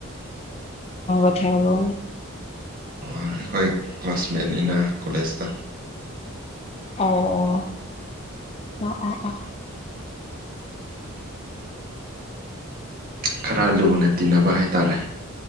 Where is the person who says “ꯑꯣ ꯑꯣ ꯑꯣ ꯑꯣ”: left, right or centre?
Left